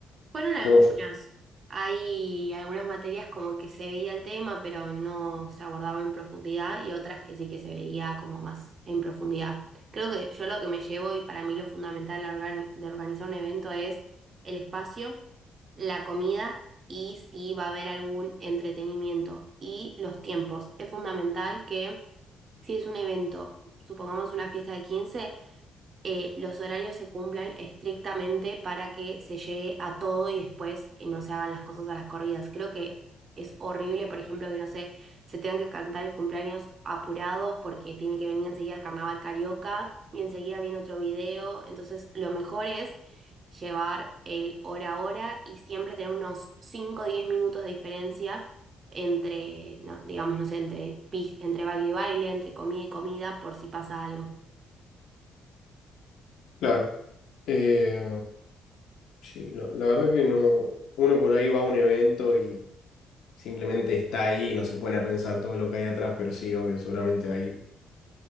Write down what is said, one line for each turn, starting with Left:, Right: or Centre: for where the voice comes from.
Right: Fueron algunas.
Left: cómo fue?
Right: Hay algunas materias como que se veía el tema, pero no se abordaba en profundidad, y otras que sí que se veía como más en profundidad. Creo que yo lo que me llevo, y para mí lo fundamental a organi- de organizar un evento es el espacio, la comida y si va a haber algún entretenimiento y los tiempos. Es fundamental que si es un evento, supongamos una fiesta de 15 eh, los horarios se cumplan estrictamente para que se llegue a todo y después eh, no se hagan las cosas a las corridas. Creo que es horrible, por ejemplo, que no sé, se tengan que cantar el cumpleaños apurados porque tiene que venir enseguida el carnaval carioca y enseguida viene otro video. Entonces, lo mejor es llevar el hora a hora y siempre tener unos cinco o 10 minutos de diferencia. entre, no, digamos, no sé, entre, pis- entre baile y baile, entre comida y comida, por si pasa algo.
Left: Claro. Eh, sí, lo- la verdad que no. Uno por ahí va a un evento y simplemente está ahí y no se pone a pensar todo lo que hay atrás, pero sí, obvio, seguramente hay